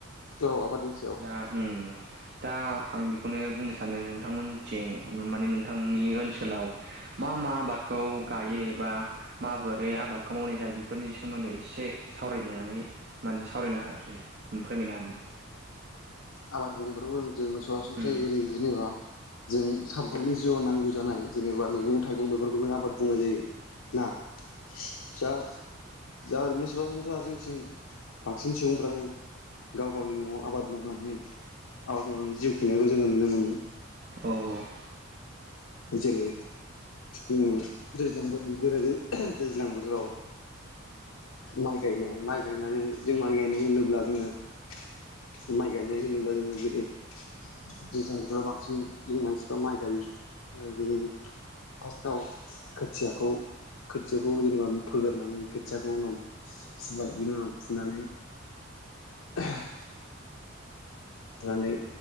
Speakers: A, on the left; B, on the right.
A: औ आबादनि सायाव
B: दा ओ‌ ओ। दा आं बेखौनो बुंनो सानो नोंथांमोनथिं माने नोंथांनि ओनसोलाव मा मा आबादखौ गायो एबा माबोरै आबादखौ मावनाय जायो। बेफोरनि सोमोन्दै एसे सावरायनानै माने सावरायनो हो आरो फोरमायनो हानो
A: आबाद बुंबाथ' जों सरासनस्राय
B: उम
A: ओरै जेनेबा जों सानफ्रोमबोनि
B: औ
A: जिउआव नांगौ जानाय जेनेबा
B: औ उम औ उम औ उम औ उम औ उम औ उम औ उम औ उम औ उम
A: मैगं-थाइगं बेफोरखौनो आबाद बुंनाय जायो। ना <unintelligible> दा ओरैनो सरासनस्रा जोंथिं बांसिन सुबुंफ्रानो गाव गावनि न'आव आबाद मावनानै आबाद मावनानै जिउ खुंनायखौ जोङो नुनो मोनो।
B: औ औ।
A: जेरै ओ दैज्लां। जेरै- दैज्लां बोथोराव माइ गायनाय माइ गायनानै जों माइ गायनाय होनोब्ला जोङो माइ गायनाय होनोब्ला जोङो जेरै दैज्लां बोथोराव बांसिन जों मानसिफ्रा माइ गायो। जेरै फार्स्टआव खोथियाखौ खोथियाखौ जेनेबा फोगोरनानै खोदंथियाखौ उनाव फुबाय बिनि नाव फुनानै <unintelligible> नानै